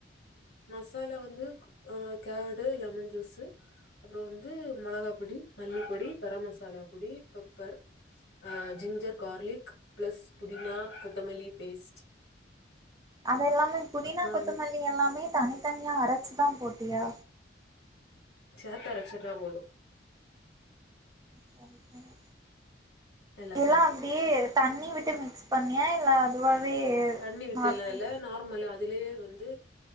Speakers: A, on the left; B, on the right.
A: மசாலா வந்து அ கடு லெமன் ஜூசு அப்றோ வந்து மெளகா பொடி மல்லிப்பொடி கரம் மசாலா பொடி பெப்பர் அ ஜிஞ்சர் கார்லிக் பிளஸ் புதினா கொ த்தமலி பேஸ்ட்
B: அத எல்லாமே புதினா
A: அப்புறோ
B: கொத்தமல்லி
A: வந்து
B: எல்லாமே தனித்தனியா அரச்சு தா போட்டியா
A: சேத்து அரச்சுட்டா போது
B: சரி சரி
A: எல்லாத்தையு
B: எல்லா அப்டியே தண்ணி விட்டு மி க்ஸ் பண்ணியா இல்ல அதுவாவே
A: தண்ணி வித்தெல்லா
B: நார்மல்
A: இல்ல நார்மலா அதுலயே வந்து